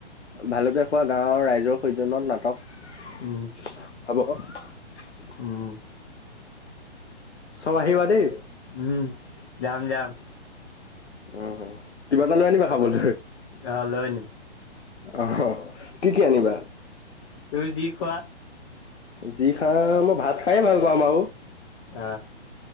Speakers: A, on the left; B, on the left.
A: ভালকে খোৱা গাঁওৰ ৰাইজৰ সৌজন্যত নাটক।
B: উম
A: হ'ব।
B: উম
A: চব আহিবা দেই।
B: উম। যাম, যাম।
A: উ কিবা এটা লৈ আনিবা খাবলে।
B: আহ লৈ আনিম।
A: আহ কি-কি আনিবা?
B: তুমি যি খোৱা।
A: যি খা মই ভাত খাইয়ে ভাল পাওঁ বাৰু।
B: আ।